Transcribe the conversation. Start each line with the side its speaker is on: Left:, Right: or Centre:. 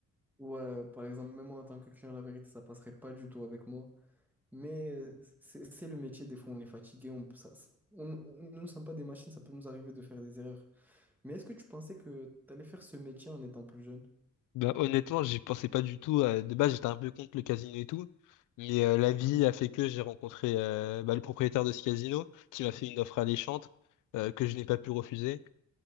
Centre: ouais, par exemple, même moi en tant que client, la vérité, ça passerait pas du tout avec moi. Mais euh, c'est c'est le métier, des fois on est fatigué, on, ça, ça- on, on- nous ne sommes pas des machines, ça peut nous arriver de faire des erreurs. Mais est-ce que tu pensais que tu allais faire ce métier en étant plus jeune?
Left: Bah, honnêtement, j'y pensais pas du tout. euh, De base, j'étais un peu contre le casino et tout. Mais euh, la vie a fait que j'ai rencontré euh, bah, le propriétaire de ce casino qui m'a fait une offre alléchante euh, que je n'ai pas pu refuser.